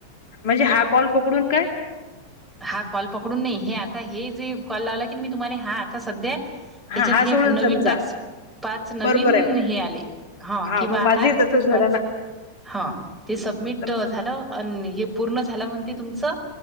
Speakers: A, on the left (about 45°); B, in the centre.
A: म्हणजे हा कॉल पकडून काय
B: हा कॉल पकडून नाही हे आता हे जे कॉल लावला की मी तुम्हाला हा आता सध्या त्याच्यात
A: हा हा
B: हे
A: सोडून
B: नवीन
A: समजा
B: टास्क पाच नवीन
A: बरोबर आहे
B: हे आले हा किंवा
A: मग
B: आता
A: माझे तसच झालं
B: पाच
A: ना
B: हा ते सबमिट
A: तर
B: झालं आणि हे पूर्ण झालं म्हणते तुमचं?